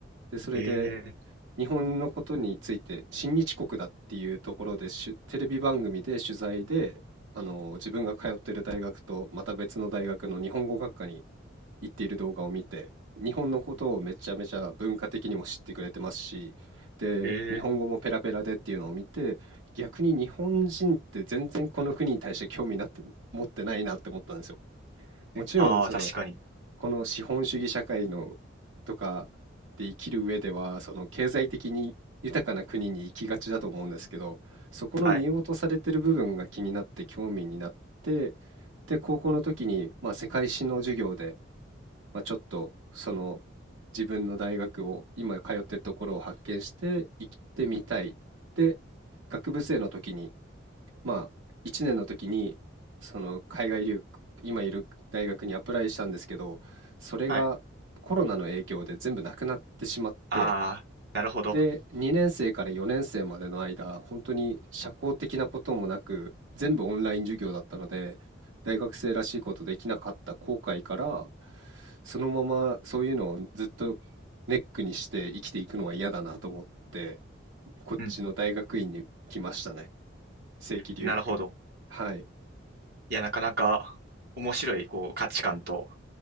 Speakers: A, on the right; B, on the right.
A: で、それで
B: ええ、
A: 日本のことについて、親日国だっていうところで、しゅテレビ番組で取材で、あの、自分が通ってる大学とまた別の大学の日本語学科に言っている動画を見て、日本のことをめちゃめちゃ文化的にも知ってくれてますし、で、
B: えー
A: 日本語もペラペラでっていうのを見て、逆に日本人って全然この国に対して興味なって持ってないなって思ったんですよ。もちろん、
B: ああ、
A: その、
B: 確かに。
A: この資本主義社会のとかで生きる上では、その経済的に豊かな国に行きがちだと思うんですけど、そこの見落とされてる部分が気になって興味になって、
B: はい。
A: で、高校の時に、まあ、世界史の授業で、まあ、ちょっとその自分の大学を今通ってるところを発見して行ってみたい。で、学部生の時に、まあ1年の時にその海外留学、今いる大学にアプライしたんですけど、それがコロナの影響で全部なくなってしまって、
B: はい。ああ、なるほど。
A: で、2年生から4年生までの間、本当に社交的なこともなく、全部オンライン授業だったので、大学生らしいことできなかった後悔から、そのままそういうのをずっとネックにして生きていくのは嫌だなと思って、こっちの大学院に来ましたね。
B: うん。
A: 正規留学で。
B: なるほど。
A: はい。
B: いや、なかなか面白いこう価値観と、